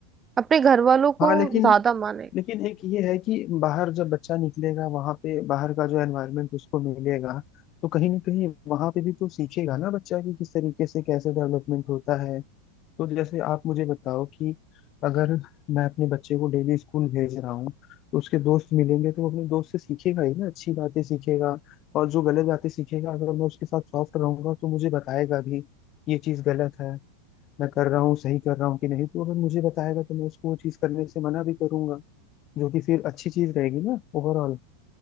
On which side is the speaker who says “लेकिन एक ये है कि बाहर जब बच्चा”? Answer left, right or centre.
Left